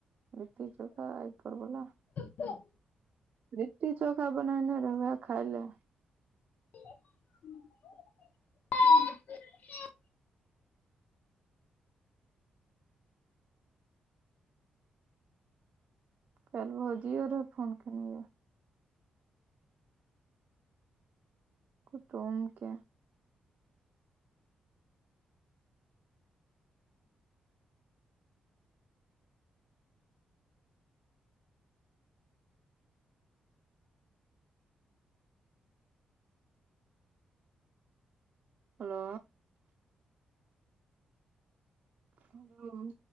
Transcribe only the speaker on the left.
न <inaudible>
आ <inaudible>